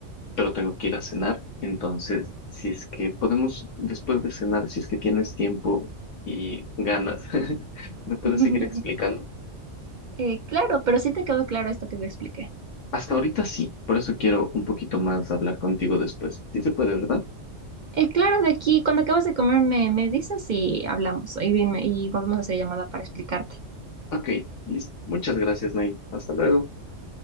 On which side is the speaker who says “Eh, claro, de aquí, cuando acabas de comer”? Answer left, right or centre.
Right